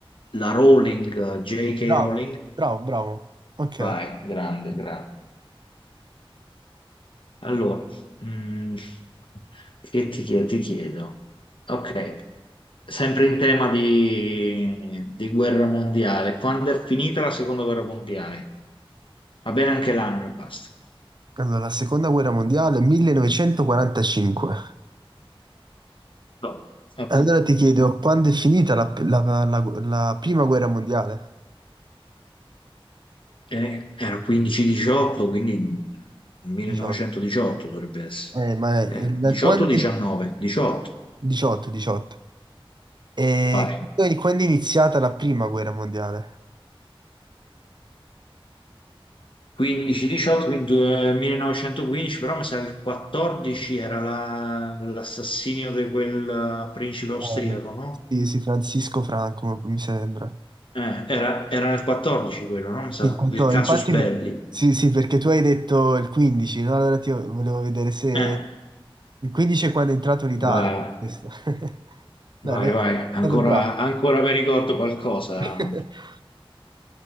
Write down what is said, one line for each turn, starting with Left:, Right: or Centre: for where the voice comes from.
Left: la Rowling, J.K.
Right: Bravo,
Left: Rowling.
Right: bravo, bravo. Ok.
Left: Vai, grande, grande. Allora, mm, che ti chiedo? Ti chiedo. Ok, sempre in tema di, di guerra mondiale. Quando è finita la seconda guerra mondiale? Va bene anche l'anno e basta.
Right: Allora, la seconda guerra mondiale, 1945.
Left: No. Ok.
Right: Allora ti chiedo, quando è finita la, la- la- la prima guerra mondiale?
Left: Eh, era 15-18, quindi 1918
Right: 18.
Left: dovrebbe essere.
Right: Eh, ma è-
Left: Eh,
Right: è- da
Left: 18-19,
Right: quando...
Left: 18,
Right: 18, 18. E
Left: fai.
Right: quindi quando è iniziata la prima guerra mondiale?
Left: 15-18, quindi eh, 1915, però mi sa il 14 era la- l'assassinio di quel eh, principe austriaco,
Right: Eh,
Left: no?
Right: sì, sì, Francisco Franco, mi sembra.
Left: Eh, era, era il 14 quello, no? Mi sa,
Right: Sì, appunto,
Left: il casus
Right: Infatti,
Left: belli.
Right: per- sì, sì, perché tu hai detto il 15, no? Allora ti volevo vedere se...
Left: Eh,
Right: Il 15 è quando è entrato l'Italia.
Left: vai.
Right: Questo. <laughs> Bene,
Left: Vai,
Right: è
Left: vai, ancora,
Right: stato bravo.
Left: ancora mi ricordo qualcosa.
Right: <laughs>